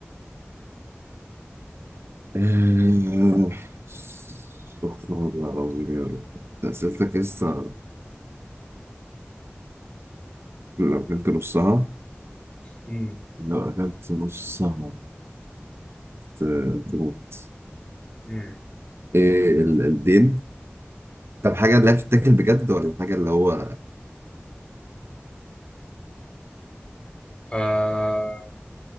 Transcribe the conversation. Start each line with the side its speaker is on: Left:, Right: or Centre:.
Right: آه، استغفر الله العظيم يا رب ده أسئلتك لسه لو أكلت نصها
Left: امم
Right: لو أكلت نصها ت- تموت
Left: مم.
Right: إيه ال- الدين طب حاجة اللي هي بتتاكل بجد ولا حاجة اللي هو
Left: آه...